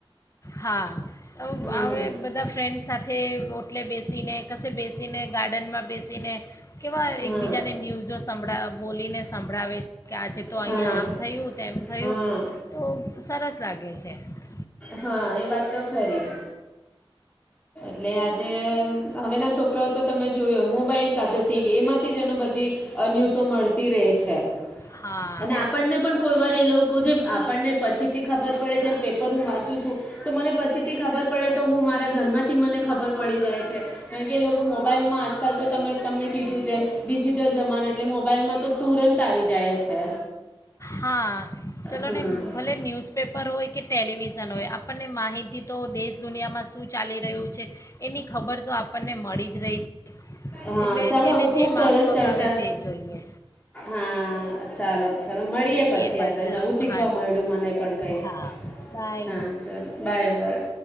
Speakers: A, on the left (about 35°); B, on the left (about 15°).
A: હા. હ
B: હમ
A: બધા ફ્રેન્ડસ સાથે ઓટલે બેસીને કશે બેસીને ગાર્ડનમાં બેસીને કેવા
B: હા
A: એકબીજાને ન્યુઝ સંભળાવ બોલીને સંભળાવે છે કે આજે તો
B: હા
A: અહીં આમ થયું તેમ થયું
B: હા
A: તો સરસ લાગે છે છે
B: હા એ વાત તો ખરી એટલે આજે હવેના છોકરાઓ તો તમે જોયો મોબાઈલ કાં તો ટીવી એમાંથી જ એને બધી ન્યૂઝો મળતી રહે છે
A: હા
B: અને આપણને પણ કોઈ વાર એ લોકો જે આપણને પછીથી ખબર પડે છેમ પર હું વાંચું છું તો મને પછીથી ખબર પડે તો હું મારા ઘરમાંથી મને ખબર પડી જાય છે કારણ કે એ લોકો મોબાઈલમાં આજકાલ તો તમે તમને કીધું છે એમ ડિજિટલ જમાનો એટલે મોબાઈલમાં તો તુરંત આવી જાય છે
A: હા ચલો
B: હા
A: ને ભલે ન્યૂઝપેપર હોય કે ટેલિવિઝન હોય આપણને માહિતી તો દેશ દુનિયામાં શું ચાલી રહ્યું છે એની ખબર તો આપણને મળી જ રહી છે
B: હા
A: એટલે
B: ચાલો
A: જેને
B: હવે ખુબ
A: જે
B: સરસ
A: માફક
B: ચર્ચા
A: આવે તે જોઈએ
B: હા ચાલો ચાલો મળીએ પછી
A: પાછા
B: આપડે નવું
A: હા
B: શીખવા માં્યું મને પણ કઈક
A: હા બાય
B: હા ચાલો બાય બાય